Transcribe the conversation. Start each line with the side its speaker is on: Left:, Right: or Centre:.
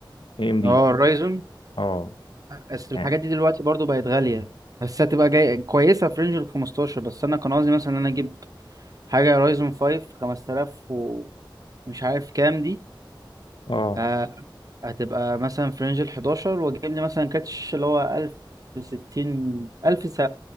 Left: اي ام دي
Right: اه الرايزون
Left: اه
Right: بس الحاجات
Left: يعني
Right: دي دلوقتي برضو بقت غالية بس هتبقى جاي كويسة في رينج ال 15 بس أنا كان قصدي مثلا إن أنا أجيب حاجة رايزون 5 5000 مش عارف كام دي
Left: اه
Right: آه هتبقى مثلا في رينج ال 11 واجيب لي مثلا كاتش اللي هو 1060 1000 س...